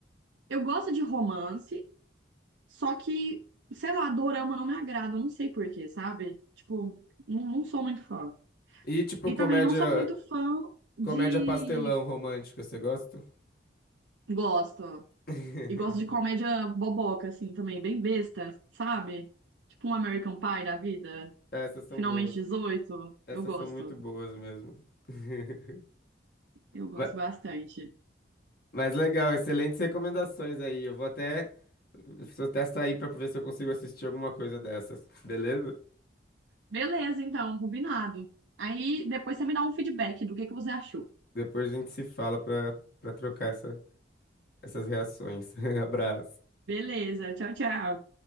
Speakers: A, on the right (about 80°); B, on the left (about 55°).
A: eu gosto de romance. Só que, sei lá, dorama não me agrada, eu não sei por quê, sabe? Tipo, não, não sou muito fã.
B: E tipo,
A: E
B: comédia,
A: também não sou muito fã de.
B: comédia pastelão romântica, você gosta?
A: Gosto.
B: <laughs>
A: E gosto de comédia boboca, assim, também, bem besta, sabe? Tipo um American Pie da vida.
B: Essas são
A: Finalmente
B: boas.
A: 18.
B: Essas
A: Eu gosto.
B: são muito boas mesmo. <laughs>
A: Eu gosto
B: Ma-
A: bastante.
B: Mas legal, excelentes recomendações aí. Eu vou até, vou até sair pra ver se eu consigo assistir alguma coisa dessas, beleza?
A: Beleza, então, combinado. Aí depois você me dá um feedback do que que você achou.
B: Depois a gente se fala pra, pra trocar essa, essas reações. <laughs> Abraço.
A: Beleza, tchau, tchau.